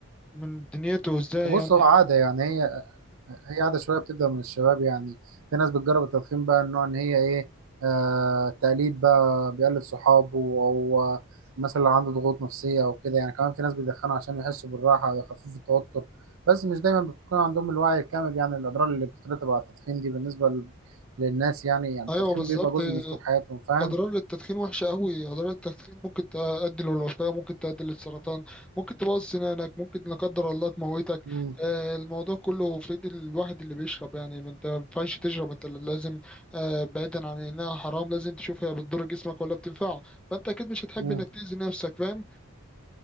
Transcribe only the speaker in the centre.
من دنيته ازاي
يعني
ايوه
بالظبط
اضرار التدخين وحشه قوي اضرار التدخين ممكن تؤدي للوفاه ممكن تؤدي للسرطان ممكن تبوظ سنانك ممكن لا قدر الله تموتك
آه، الموضوع كله في ايد الواحد اللي بيشرب يعني ما انت ما ينفعش تشرب انت لازم آه، بعيدا عن انها حرام لازم تشوف هي بتضر جسمك ولا بتنفعه فانت اكيد مش هتحب
انك تاذي نفسك فاهم